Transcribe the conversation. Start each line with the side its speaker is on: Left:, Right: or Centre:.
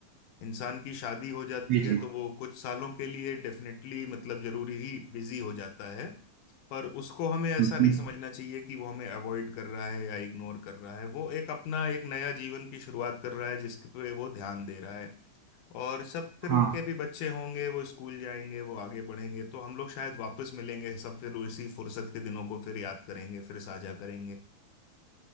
Left: इंसान की शादी हो जाती
Right: जी
Left: है
Right: जी
Left: तो वो कुछ सालों के लिए डेफिनेटली मतलब जरूरी ही बिजी हो जाता है पर उसको हमें ऐसा
Right: हम्म,
Left: नहीं समझना चाहिए कि वो हमें अवॉइड कर रहा है या इग्नोर कर रहा है वो एक अपना एक नया जीवन की शुरुआत कर रहा है जिसके पे वो ध्यान दे रहा है और सब फिर
Right: हाँ
Left: उनके भी बच्चे होंगे वो स्कूल जाएंगे वो आगे बढ़ेंगे तो हम लोग शायद वापस मिलेंगे सब फिर उसी फुर्सत के दिनों को फिर याद करेंगे फिर साझा करेंगे